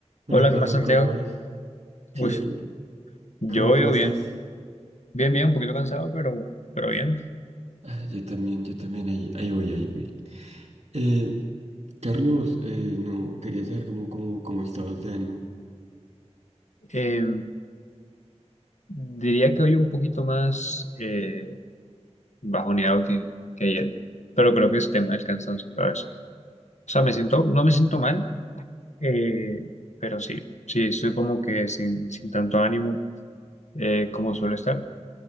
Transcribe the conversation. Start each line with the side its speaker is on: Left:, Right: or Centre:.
Right: Hola
Left: Hola,
Right: Carlos,
Left: ¿qué más, Santiago?
Right: ¿cómo vas?
Left: Uy,
Right: Bien,
Left: yo,
Right: ¿cómo, cómo
Left: yo
Right: estás?
Left: bien, bien, bien, un poquito cansado, pero, pero bien.
Right: Ah, yo también, yo también, ahí, ahí voy, ahí voy. Eh, Carlos, eh, no, quería saber cómo, cómo, cómo estabas de ánimo.
Left: Eh, diría que hoy un poquito más eh, bajoneado que, que ayer, pero creo que es tema del cansancio, ¿sabes? O sea, me siento, no me siento mal, eh, pero sí, sí, estoy como que sin, sin tanto ánimo eh, como suelo estar,